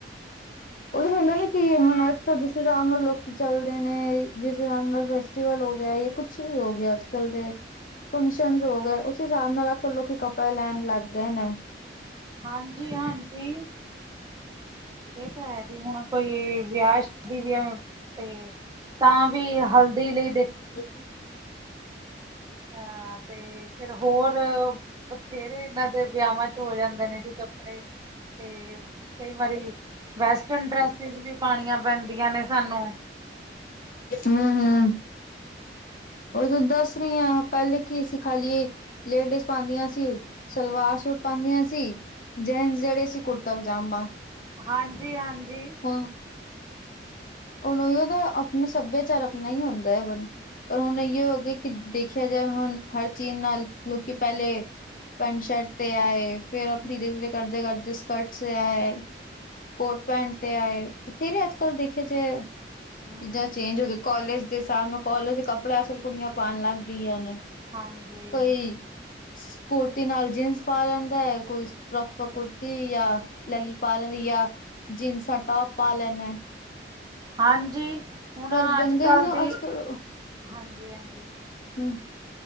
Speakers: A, on the left; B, on the right.
A: ਉਹੀ ਹੁੰਦਾ ਨਾ ਕਿ ਹੁਣ ਅੱਜ ਤਾਂ ਜਿਸ ਹਿਸਾਬ ਨਾਲ ਲੋਕੀਂ ਚੱਲਦੇ ਨੇ, ਜਿਸ ਹਿਸਾਬ ਨਾਲ ਫੈਸਟੀਵਲ ਹੋ ਗਿਆ ਜਾਂ ਕੁੱਛ ਵੀ ਹੋ ਗਿਆ ਅੱਜ-ਕੱਲ ਦੇ ਫੰਕਸ਼ਨ ਹੋ ਗਏ, ਉਸ ਹਿਸਾਬ ਨਾਲ ਅਜ-ਕਲ ਲੋਕੀ ਕੱਪੜੇ ਲੈਣ ਲੱਗ ਗਏ ਨੇ।
B: ਹਾਂਜੀ-ਹਾਂਜੀ। ਜੀ ਇਹ ਤਾਂ ਹੈ ਜੀ ਹੁਣ ਕੋਈ ਵਿਆਹ ਸ਼ਾਦੀ ਵੀਆ ਤੇ ਤਾਂ ਵੀ ਹਲਦੀ ਲਈ ਦੇਖ
A: ਹ <inaudible>
B: ਹਾਂ, ਤੇ ਫਿਰ ਹੋਰ ਬਥੇਰੇ ਏਂਦੇ ਵਿਆਹਾਂ ਚ ਹੋ ਜਾਂਦੇ ਨੇ ਜੀ ਕੱਪੜੇ ਤੇ ਕਈ ਵਾਰੀ ਵੈਸਟਰਨ ਡਰੈਸਿਸ ਵੀ ਪਾਣੀਆਂ ਪੈਂਦੀਆਂ ਨੇ ਸਾਨੂੰ
A: ਹੂੰ-ਹੂੰ। ਉਹੀ ਉ ਦੱਸ ਰਹੀ ਆ ਪਹਿਲੇ ਕੀ ਸੀ ਖਾਲੀ ਲੇਡੀਜ਼ ਪਾਦੀਆਂ ਸੀ ਸਲਵਾਰ ਸੂਟ ਪਾਂਦੀਆਂ ਸੀ। ਜੇਨਸ ਜਿਹੜੇ ਸੀ ਕੁਰਤਾ-ਪਜਾਮਾ।
B: ਹਾਂਜੀ-ਹਾਂਜੀ।
A: ਹ ਉਣ ਓਹੀ ਦੋ, ਆਪਣਾ ਸੱਭਿਆਚਾਰ ਆਪਣਾ ਹੀ ਹੁੰਦਾ ਹੈ ਬੰ ਪਰ ਹੁਣ ਇਹੀਓ ਹੋ ਗਿਆ ਕਿ ਦੇਖਿਆ ਜਾਏ ਹੁਣ ਹਰ ਚੀਜ਼ ਨਾਲ ਲੋਕੀ ਪਹਿਲੇ ਪੈਂਟ-ਸ਼ਰਟ ਤੇ ਆਏ ਫੇਰ ਆਪ ਧੀਰੇ-ਧੀਰੇ ਕਰਦੇ-ਕਰਦੇ ਸਕਰਟਸ ਤੇ ਆਏ
B: ਹਮ
A: ਕੋਟ-ਪੈਂਟ ਤੇ ਆਏ ਥਤੇਰੇ ਅੱਜ- ਕਲ ਦੇਖਿਆ ਜਾਏ।
B: ਹਮ
A: ਚੀਜ਼ਾਂ ਚੇਂਜ ਹੋ ਗਇਆ ਕੋਲਜ ਦੇ ਹਿਸਾਬ ਨਾਲ ਕੋਲਜ ਦੇ ਕੱਪੜੇ ਅੱਜ -ਕਲ ਕੁੜੀਆਂ ਪਾਣ ਲੱਗ ਗਈਆਂ ਨੇ।
B: ਹਾਂਜੀ
A: ਕੋਈ ਕੁੁਰਤੀ ਨਾਲ ਜੀਨਸ ਪਾ ਲੈਂਦਾ ਏ ਕੋਈ ਪ੍ਰੋਪਰ ਕੁੁਰਤੀ ਜਾਂ ਲੈਗੀ ਪਾ ਲੈਂਦੀ ਜਾ ਜੀਨਸਾਂ ਟੋਪ ਪਾ ਲੈਂਨੇਆ।
B: ਹਾਂਜੀ, ਹੁਣ
A: ਪਰ
B: ਅੱਜ-ਕੱਲ
A: ਬੰਦੇ ਨੂੰ
B: ਦੀ
A: ਅੱਜ ਕੱਲ
B: ਹਾਂਜੀ-ਹਾਂਜੀ।
A: ਹੂੰ,